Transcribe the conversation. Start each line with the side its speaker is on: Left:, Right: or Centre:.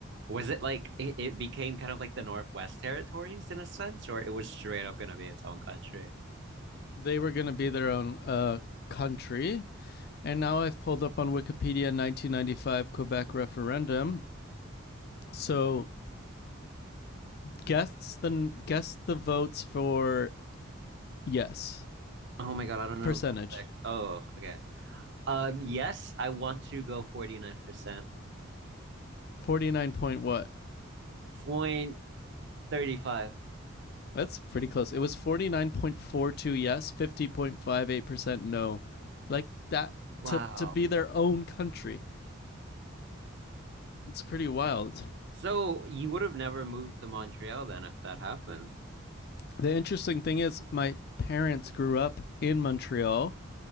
Right: Was it like it, it became kind of like the Northwest Territories in a sense, or it was straight up going to be its own country?
Left: They were gonna be their own uh country. And now I've pulled up on Wikipedia 1995 Quebec referendum. So guess the guess the votes for yes
Right: Oh my God, I don't know.
Left: percentage.
Right: Quebec. Oh, okay. Uh, yes, I want to go 49%.
Left: 49 point what?
Right: point thirty five.
Left: That's pretty close. It was 49.42 yes, 50.58% no. Like that
Right: Wow.
Left: to to be their own country. It's pretty wild.
Right: So you would have never moved to Montreal then if that happened.
Left: The interesting thing is my parents grew up in Montreal.